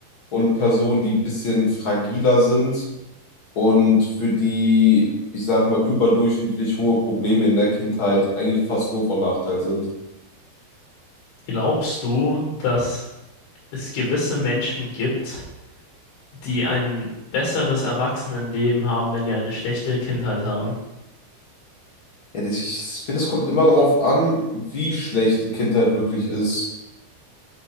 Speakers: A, on the left; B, on the left.
A: Und Personen, die ein bisschen fragiler sind und für die, ich sag mal, überdurchschnittlich hohe Probleme in der Kindheit eigentlich fast nur von Nachteil sind.
B: Glaubst du, dass es gewisse Menschen gibt, die ein besseres Erwachsenenleben haben, wenn die eine schlechte Kindheit haben?
A: Ja, das, ich finde, es kommt immer darauf an, wie schlecht die Kindheit wirklich ist.